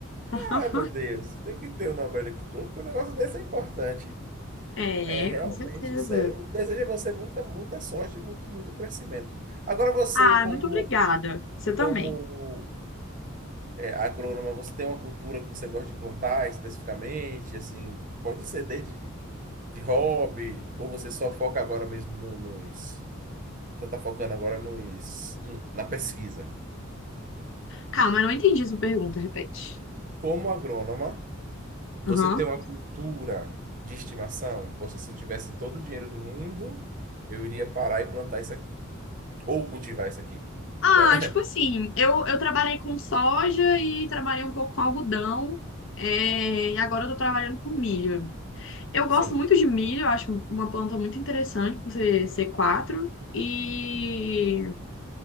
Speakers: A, on the left; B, on the right.
A: <laughs>
B: Ah, meu Deus, tem que ter o Nobel de Agricultura, porque o negócio desse é importante.
A: É,
B: É realmente
A: com certeza.
B: sério. Desejo a você muita, muita sorte e muito, muito crescimento. Agora, você,
A: Ah,
B: como,
A: muito obrigada. Você também.
B: como é, agrônoma, você tem uma cultura que você gosta de plantar especificamente, assim, pode ser desde de hobby, ou você só foca agora mesmo no- nos, só está focando agora nos, hum, na pesquisa.
A: Calma, eu não entendi sua pergunta, repete.
B: Como agrônoma, você
A: Aham.
B: tem uma cultura de estimação? Poxa, se eu tivesse todo o dinheiro do mundo, eu iria parar e plantar isso aqui, ou cultivar isso aqui,
A: Ah,
B: né?
A: tipo assim, eu, eu trabalhei com soja e trabalhei um pouco com algodão, é, e agora eu tô trabalhando com milho. Eu gosto
B: Sim.
A: muito de milho, eu acho uma planta muito interessante, por ser c quatro e